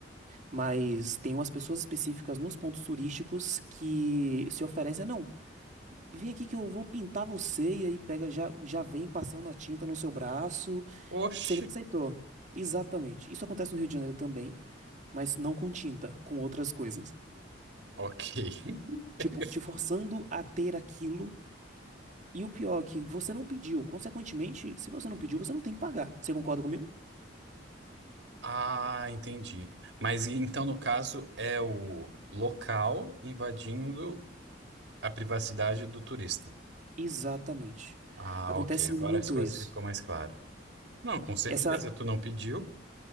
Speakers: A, on the right (about 40°); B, on the right (about 60°).
A: Mas tem umas pessoas específicas nos pontos turísticos que se oferecem, "Ah, não, vem aqui que eu vou pintar você, e aí pega, já, já vem passando a tinta no seu braço.
B: Oxe,
A: Você nem aceitou. Exatamente. Isso acontece no Rio de Janeiro também, mas não com tinta, com outras coisas.
B: ok. <laughs>
A: Tipo, te forçando a ter aquilo. E o pior é que você não pediu. Consequentemente, se você não pediu, você não tem que pagar. Você concorda comigo?
B: Ah, entendi. Mas e- então, no caso, é o local invadindo a privacidade do turista.
A: Exatamente.
B: Ah,
A: Acontece
B: ok. Agora
A: muito
B: as coisas
A: isso.
B: ficam mais claras. Não, com certeza,
A: Essa.
B: tu não pediu.